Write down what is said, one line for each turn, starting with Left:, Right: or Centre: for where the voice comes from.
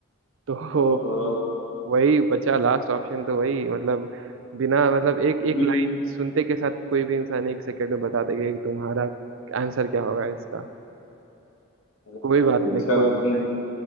Right: तो
Left: ओहो
Right: वही बचा लास्ट ऑप्शन तो वही मतलब बिना मतलब एक
Left: हम्म
Right: एक लाइन सुनते के साथ कोई भी इंसान एक सेकंड में बता देगा कि तुम्हारा आंसर क्या होगा इसका
Left: अरे भाई
Right: कोई बात नहीं
Left: चलो
Right: कोई
Left: तुम
Right: बात नहीं